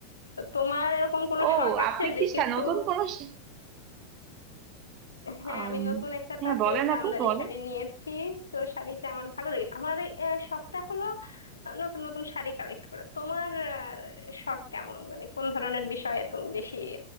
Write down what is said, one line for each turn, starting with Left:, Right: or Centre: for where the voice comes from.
Left: তো তোমার এরকম কোনো
Right: ও
Left: শখ আছে
Right: আপনি
Left: যে
Right: কি
Left: কিছু
Right: সা- নতুন কোন সা-
Left: হ্যাঁ
Right: আম,
Left: আমি নতুন একটা
Right: হ্যাঁ
Left: তাঁতের
Right: বলেন
Left: জামদানি
Right: আপু বলেন
Left: শাড়ি নিয়েছি তো শাড়িটা আমার ভালো লেগেছে আমার এই, আহ, শখটা হলো আহ, নতুন নতুন শাড়ি কালেক্ট করা তোমার আহ, শখ কেমন মানে কোন ধরনের বিষয়ে তুমি বেশি